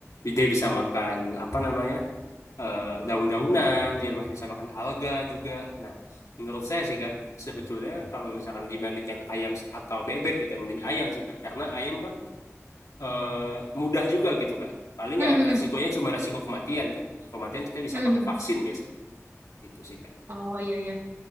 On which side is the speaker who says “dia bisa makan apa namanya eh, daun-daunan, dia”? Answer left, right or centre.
Left